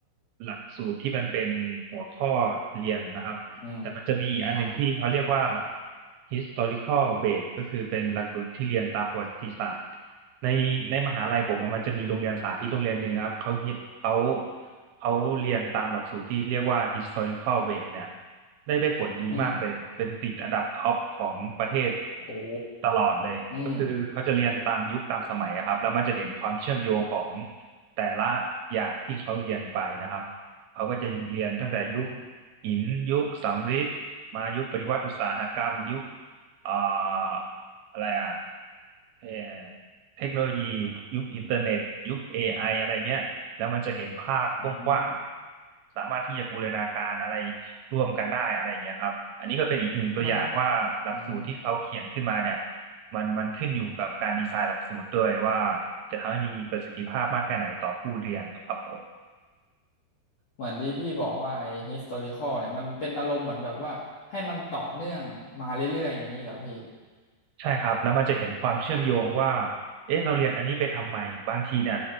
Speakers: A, on the right; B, on the left.
A: หลักสูตรที่มันเป็นหัวข้อเรียนนะครับแต่มันจะมีอีกอันหนึ่งที่เขาเรียกว่า
B: อืมครับ
A: historical based ก็คือเป็นหลักสูตรที่เรียนตามประวัติศาสตร์ในในมหาลัยผมอะมันจะมีโรงเรียนสาธิตโรงเรียนหนึ่งครับเขาเรียเขาเขาเรียนตามหลักสูตรที่เรียกว่า historical based เนี่ย ได้ได้ผลดีมากเลย
B: อืม
A: เป็นติดอันดับท็อปของประเทศ
B: โอ้
A: ตลอดเลยก็คือเขาจะเรียนตามยุคตามสมัยอะครับแล้วมันจะเห็นความเชื่อมโยงของ
B: อืม
A: แต่ละอย่างที่เขาเรียนไปนะครับเขาก็จะเรียนตั้งแต่ยุค
B: อืม
A: หินยุคสำริดมายุคปฏิวัติอุตสาหกรรมยุคเอ่ออะไรอะเอ่อเทคโนโลยียุคอินเทอร์เน็ตยุค AI อไออะไรเงี้ยแล้วมันจะเห็นภาพกว้างๆสามารถที่จะบูรณาการอะไร
B: อืม
A: ร่วมกันได้อะไรอย่างเงี้ยครับ อันนี้ก็เป็นอีกหนึ่งตัวอย่างว่าหลักสูตรที่เขาเขียนขึ้นมาเนี่ย
B: มันอืม
A: มันมันขึ้นอยู่กับการดีไซน์หลักสูตรด้วยว่าจะทำให้มีประสิทธิภาพมากแค่ไหนต่อผู้เรียนครับผม
B: เหมือนที่พี่บอกว่าไอ้ historical เนี่ยมันเป็นอารมณ์เหมือนแบบว่าให้มันต่อเนื่องมาเรื่อยๆอย่างนี้เหรอพี่
A: ใช่ครับแล้วมันจะเห็นความเชื่อมโยงว่าเอ๊ะเราเรียนอันนี้ไปทำไมบางทีเนี่ย